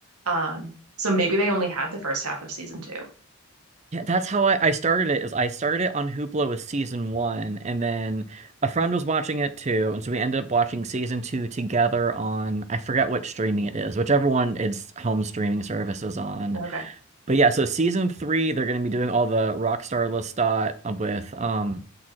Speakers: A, on the right; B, on the right.
A: Um, so maybe they only had the first half of season two.
B: Yeah, that's how I, I started it is I started it on Hoopla with season one, and then a friend was watching it too, and so we ended up watching season two together on I forget what streaming it is, whichever one its home streaming service is on.
A: Okay.
B: But yeah, so season three, they're gonna be doing all the Rockstar Lestat with um